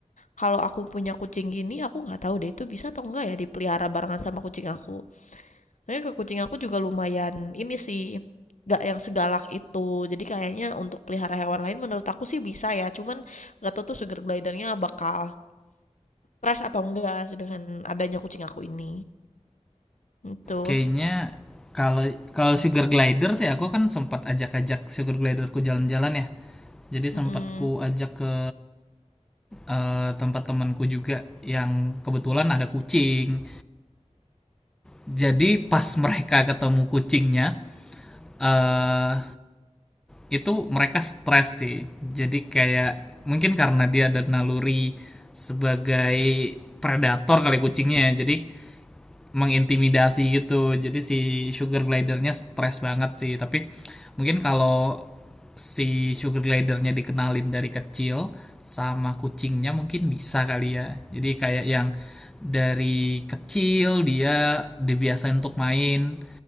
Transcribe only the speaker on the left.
Kalau aku punya kucing gini, aku nggak tahu deh itu bisa atau enggak ya dipelihara barengan sama kucing aku. Makanya ke kucing aku juga lumayan ini sih, nggak yang segalak itu. Jadi kayaknya untuk pelihara hewan lain menurut aku sih bisa ya. Cuman nggak tahu tuh sugar glidernya bakal stres atau enggak sih dengan adanya kucing aku ini. Itu.
Mm-mm.